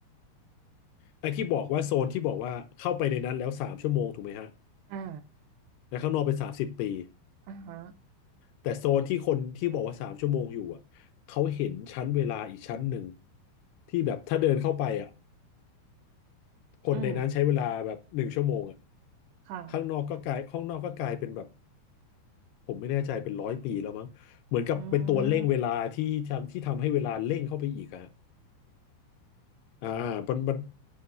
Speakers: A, on the left (about 80°); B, on the right (about 85°).
A: ไอ้ที่บอกว่าโซนที่บอกว่าเข้าไปในนั้นแล้วสามชั่วโมงถูกไหมฮะ
B: อ่า
A: แล้วข้างนอกเป็นสามสิบปี
B: อ่าฮะ
A: แต่โซนที่คนที่บอกว่าสามชั่วโมงอยู่อ่ะเขาเห็นชั้นเวลาอีกชั้นหนึ่งที่แบบถ้าเดินเข้าไปอ่ะคนในนั้นใช้เวลาแบบหนึ่งชั่วโมงอ่ะ
B: อืมค่ะ
A: ข้างนอกก็กลายข้างนอกก็กลายเป็นแบบผมไม่แน่ใจเป็นร้อยปีแล้วมั้งเหมือนกับเป็นตัวเร่งเวลาที่ทำที่ทำให้เวลาเร่งเข้าไปอีกอะ
B: อืม
A: อ่ามันมัน